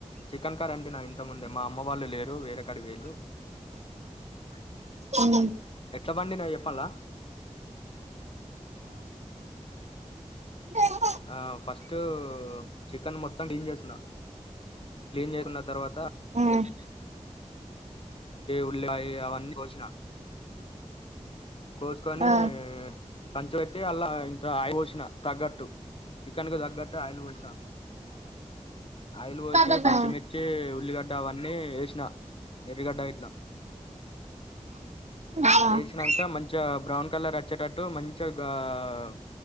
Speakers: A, on the left (about 45°); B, on the right (about 65°).
A: చికెన్ కర్రీ <inaudible> ఇంతకముందు మా అమ్మ వాళ్ళు లేరు వేరే కాడికి పోయిండ్రు
B: అని
A: ఎట్లా వండిన్నో చెప్పాలా
B: ఆహ్
A: ఆ ఫస్ట్ చికెన్ మొత్తం క్లీన్ చేసిన క్లీన్ చేసుకున్న తరవాత
B: <inaudible>
A: ఉల్లిపాయ అవన్నీ కోసిన కోసుకొని
B: ఆ
A: ఈ కంచ పెట్టి అలా ఇంత ఆయిల్ పోసిన తగ్గట్టు చికెన్ కు తగ్గట్టు ఆయిల్ పోసిన ఆయిల్ పోసి
B: ఆ
A: పచ్చి మిర్చి ఉల్లిగడ్డ అవన్నీ ఏ వేసిన ఎర్రగడ్డ ఇట్లా
B: ఆ ఆ
A: వేసినాక మంచిగ బ్రౌన్ కలర్ వచ్చేటటు మంచిగా వావ్